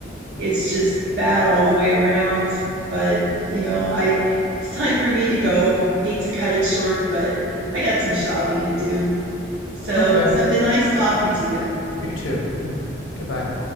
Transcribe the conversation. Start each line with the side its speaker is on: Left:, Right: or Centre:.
Right: It's just bad all the way around. But, you know, I it's time for me to go. Hate to cut it short, but I got some shopping to do. So
Left: Okay,
Right: it's not been nice talking to you.
Left: you too. Mm, goodbye.